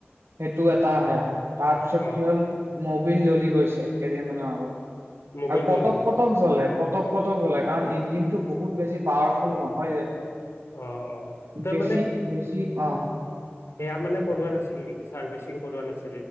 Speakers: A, on the right (about 85°); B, on the left (about 85°).
A: সেইটো এটা সেয়া তাৰপিছত
B: অ
A: কি হ'ল মবিল জ্বলি গৈছে কেইদিনমানানৰ আগত।
B: মোবাইল
A: আৰু পটক
B: জ্বলি গৈছিল
A: পটক জ্বলে পটক। পটক গলে কাৰণ ইঞ্জিন টো বহুত বেছি পাৱাৰফুল নহয় যে
B: অ অ ত
A: বেছি
B: মানে
A: বেছি অ
B: স মানে কৰ নাছিল নেকি চাৰ্ভিচিং কৰোবা নাছিল।